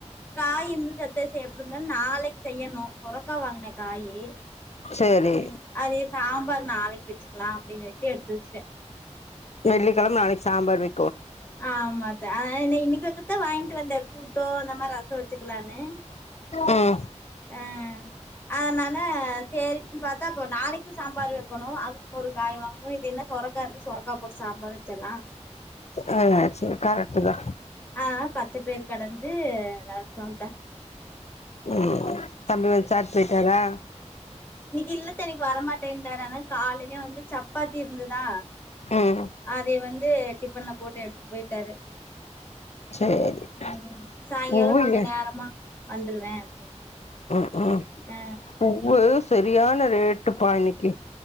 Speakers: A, on the left (about 15°); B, on the left (about 65°).
A: காய் இருந்துச்சி அத்த எப்படி இருந்தாலு நாளைக்கு செய்யணும் புரோட்டா வாங்குனே காயி
B: சேரி
A: ம் அது சாம்பார் நாளைக்கு வச்சுக்கலாம் அப்படினுட்டு பிரிஷ்ட
B: வெள்ளிக்கிழம நாளைக்கு சாம்பார் வை
A: ஆமாத்த இன்னைக்கு வைக்கதா வாங்கிட்டு வந்த கூட்டோ அந்த மாரி ரசம் வச்சுக்கலான்னு
B: உம்
A: ஆஹ் அதன னால சேரின்னு பாத்தா அப்ப நாளைக்கும் சாம்பார் வைக்கணும் அதுக்கு ஒரு காய் வாங்கணும் இது என்ன சொரக்கா இரு சொரக்கா போட்டு சாம்பார் வெச்சேன்னா
B: ஆ அக்சூவலா கரெக்டு தா
A: ஆஹ பச்சபயிறு கடஞ்சு ரசோந்த
B: ஓ தம்பி வந்து சாப்டு போயிட்டாரா
A: இல்லத்தே இன்னைக்கி வரமாட்டேன்னுடாரு அதனால காலையிலயே வந்து சப்பாத்தி இருந்ததா
B: ம்
A: அதய வந்து டிஃபன்ல போட்டு எடுத்துட்டு போய்ட்டாரு
B: சேரி
A: ம் ம் சாயங்காலோ
B: பூவு
A: கொஞ்சோ
B: எ
A: நேரமா வந்துருவே அப்டின்னு
B: ஓ
A: ஆ
B: பூவு செரியான ரேட்டுப்பா இன்னிக்கி